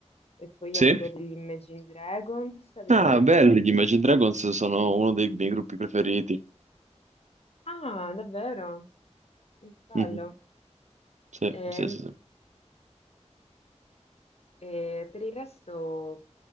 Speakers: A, on the left (about 60°); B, on the right (about 80°).
A: e poi
B: Sì?
A: a quello degli Imagine Dragons, ad esempio.
B: Ah, belli, gli Imagine Dragons sono uno dei miei gruppi preferiti.
A: Ah, davvero? Bello.
B: Mhm. Sì,
A: Ehm,
B: sì, sì. sì.
A: E per il resto